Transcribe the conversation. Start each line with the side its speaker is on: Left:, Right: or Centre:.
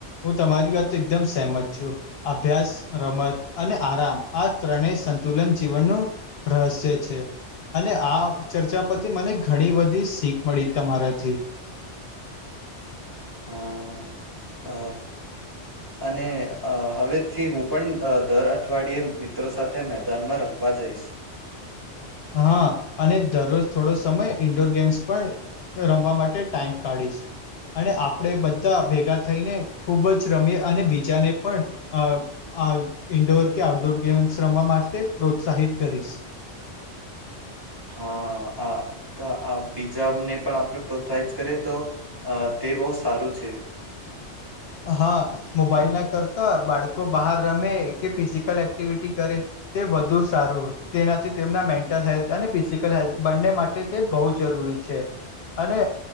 Left: હું તમારી વાત તો એકદમ સહેમત છું અભ્યાસ રમત અને આરામ આ ત્રણે સંતુલન જીવનનું રહસ્ય છે. અને આ ચર્ચા પરથી મને ઘણી બધી શીખ મળી તમારાથી.
Right: હા અ
Left: <inaudible>
Right: અને અ હવેથી હું પણ અ દર અઠવાડિયે મિત્રો સાથે મેદાનમાં રમવા જઈશ.
Left: હા અને દરરોજ થોડો સમય ઈન્ડોર ગેમ્સ પણ રમવા માટે ટાઈમ કાઢીશ. અને આપણે બધા ભેગા થઈને ખૂબ જ રમીએ અને બીજાને પણ અ આ ઇન્ડોર કે આઉટડોર ગેમ્સ રમવા માટે પ્રોત્સાહિત કરીશ.
Right: હા આ બીજાને પણ આપણે પ્રોત્સાહિત કરીએ તો અ તે બહુ સારું છે.
Left: હા મોબાઈલ ના કરતા બાળકો બહાર રમે કે ફિઝિકલ એક્ટિવિટી કરે. તે વધુ સારું તેનાથી તેમના મેન્ટલ હેલ્થ અને ફિઝિકલ હેલ્થ બંને માટે તે બહુ જરૂરી છે. અને